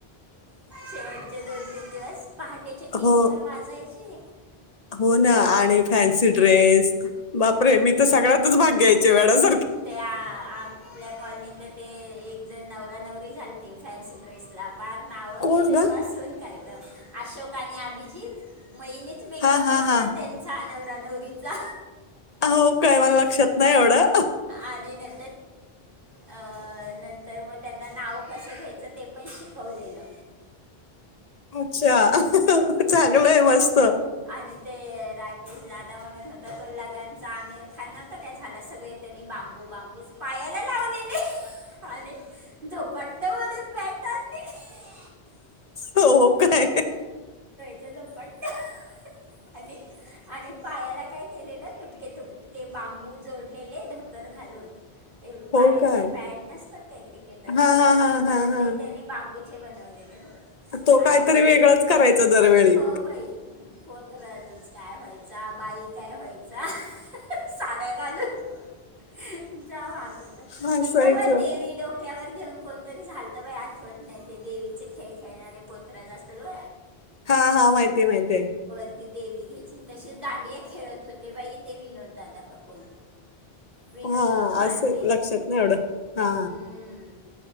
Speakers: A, on the right (about 60°); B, on the left (about 40°).
A: शेवटचे दोन तीन दिवस पहाटेचे तीन
B: हो
A: चार वाजायचे
B: हो ना आणि फॅन्सी ड्रेस बापरे मी तर सगळ्यातच भाग घ्यायचे वेळाच
A: त्या आपल्या कॉलनीतले ते एक जण नवरा नवरी झालते फॅन्सी ड्रेस ला पार नावं
B: कोण
A: घेण्यापासून
B: ग
A: का अशोक आणि अभिजित म हिणीच मेकअप
B: हा हा
A: केलता
B: हा
A: त्यांचा नवर नवरीचा
B: हो काय मला लक्षात नाही एवढं
A: आणि न <inaudible> नंतर मग त्यांना नाव कसं घ्यायचं ते पण शिकवलेलं
B: अच्छा <inaudible> आहे मस्त
A: आणि ते राकेश दादा म्हणून होते तर तो लगांचा आमिर खान नव्हता काय झाला सगळे त्यांनी बांबू बांबू पायाला लावलेले. आणि धोपाट्टन मधून बॅट आणली
B: हो काय
A: धोपाट्टन आणि आणि पायाला काय केलेलं तुटके तुटके बांबू जोडलेले धोतर घालून ते
B: हो
A: पायाचे
B: काय
A: पॅड नसतात काय क्रिकेटर
B: हा
A: लोक
B: हा हा हा
A: तर ते
B: हा
A: त्यांनी बांबू चे बनवलेले हो
B: तो
A: आणि
B: काहीतरी वेगळांच करायचा दरवेळी
A: हो बाई पोत्रच काय व्हायचा बाई काय व्हायचा साड्या घालून जा
B: हसायचं
A: एकदा म देवी डो टक्यावर घेऊन कोणतरी झाल बाई आठवत नाही ते देवीचे खेळ खेळणारे पोत्र्या जास्त जो
B: हा हा माहितीय माहतीय
A: देवी घ्यायचे तसे दांडिया खेळत होते बाई ते विनोददादा का कोण विनोद
B: हा
A: अं, म्हात्रे
B: असंल लक्षात नाय एवढं हा
A: हम्म.